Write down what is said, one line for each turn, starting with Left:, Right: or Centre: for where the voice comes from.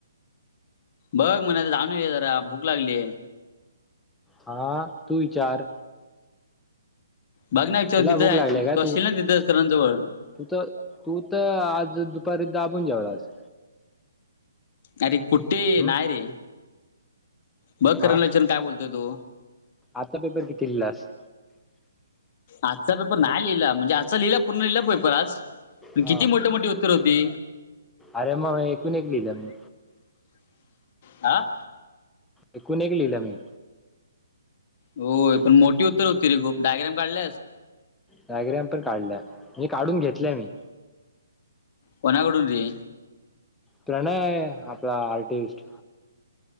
Left: बघ म्हणायच अनुया जरा भूक लागलीय.
Centre: हा तू विचार.
Left: बघ ना विचारून
Centre: तुला
Left: तिथं
Centre: भूक
Left: आहे
Centre: लागली
Left: तू
Centre: काय
Left: असशील ना तिथंच करण जवळ.
Centre: तू तर तू तर आज दुपारी दाबून जेवलास.
Left: अरे कुठे
Centre: हम्
Left: नाय रे. बघ
Centre: हा
Left: करण ला विचारुन काय बोलतोय तो?
Centre: आजचा पेपर किती लिलास?
Left: आजचा पेपर नाही लिहिला म्हणजे आजचा लिहिला पूर्ण लिहिला पेपर आज. पण
Centre: हा
Left: किती मोठ मोठी उत्तर होती.
Centre: अरे मग एकूण एक लिहिलं मी.
Left: हां.
Centre: एकूण एक लिहिलं मी.
Left: होय, पण मोठी उत्तर होती रे खूप डायग्राम काढल्यास?
Centre: डायग्राम पण काढल्या, म्हणजे काढून घेतल्या मी.
Left: कोणाकडूनरे?
Centre: प्रणय आपला आर्टिस्ट.